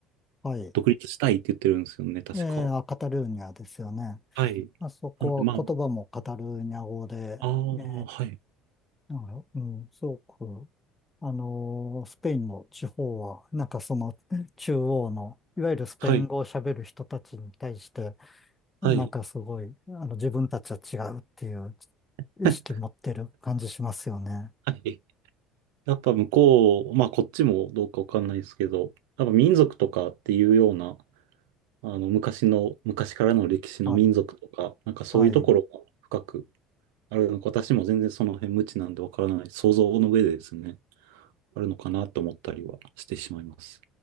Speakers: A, on the left (about 20°); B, on the right (about 85°).
A: はい。
B: 独立したいって言ってるんですよね、確か。
A: ええ、あカタルーニャですよね。
B: はい。
A: まあそこは言葉もカタルーニャ語で、
B: なんで、まあ、ああ、
A: ええ
B: はい。
A: なんか、うん、すごく、あのースペインの地方は、なんかその中央の、いわゆるスペイン語を喋る人たちに対して、
B: はい。はい。
A: なんかすごい、あの、自分たちは違うっていう
B: <laughs>
A: 意識持ってる感じしますよね。
B: はい。やっぱ向こう、まあこっちもどうかわかんないですけど、やっぱ民族とかっていうような、あの昔の、昔からの歴史の民族とか、
A: はい。
B: なんかそういうところが深く
A: はい。
B: あるのか、私も全然その辺無知なんでわからない、想像の上でですね、あるのかなと思ったりはしてしまいます。